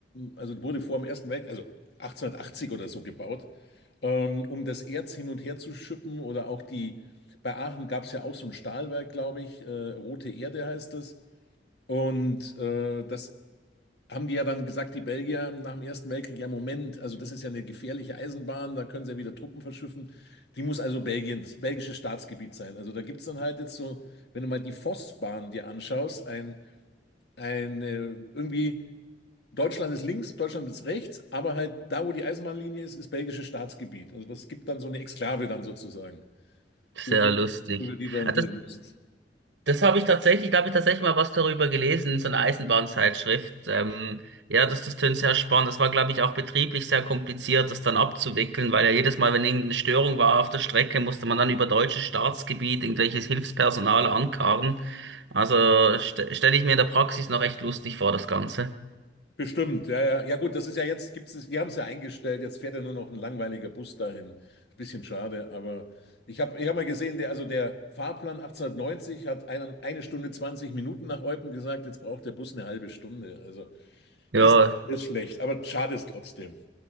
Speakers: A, on the left; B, on the right.
A: also wurde vor dem Ersten Weltkrieg, also 1880 oder so gebaut, ähm, um das Erz hin und her zu schippen oder auch die, bei Aachen gab's ja auch so ein Stahlwerk, glaube ich, äh, Rote Erde heißt das. Und äh, das haben die ja dann gesagt, die Belgier nach dem Ersten Weltkrieg, ja Moment, also das ist ja eine gefährliche Eisenbahn, da können sie ja wieder Truppen verschiffen. Die muss also Belgiens, belgisches Staatsgebiet sein. Also da gibt es dann halt jetzt so, wenn du mal die Vossbahn dir anschaust, ein, ein äh, irgendwie Deutschland ist links, Deutschland ist rechts, aber halt da, wo die Eisenbahnlinie ist, ist belgisches Staatsgebiet. Also das gibt dann so eine Exklave dann sozusagen,
B: Sehr
A: über die,
B: lustig.
A: über die du dann
B: Ah, Das
A: wieder musst.
B: Das habe ich tatsächlich, da habe ich tatsächlich mal was darüber gelesen, in so einer Eisenbahnzeitschrift. Ähm, ja, das, das tönt sehr spannend. Das war, glaube ich, auch betrieblich sehr kompliziert, das dann abzuwickeln, weil ja jedes Mal, wenn irgendeine Störung war auf der Strecke, musste man dann über deutsches Staatsgebiet irgendwelches Hilfspersonal ankarren. Also st stelle ich mir in der Praxis noch echt lustig vor, das Ganze.
A: Bestimmt, ja, ja. Ja gut, das ist ja jetzt, gibt's es, die haben es ja eingestellt, jetzt fährt ja nur noch ein langweiliger Bus dahin. Ein Bisschen schade, aber ich habe ich hab mal gesehen, der, also der Fahrplan 1890 hat einen, eine Stunde 20 Minuten nach Eupen gesagt, jetzt braucht der Bus eine halbe Stunde. Also
B: Ja,
A: ist, ist schlecht, aber schade ist trotzdem.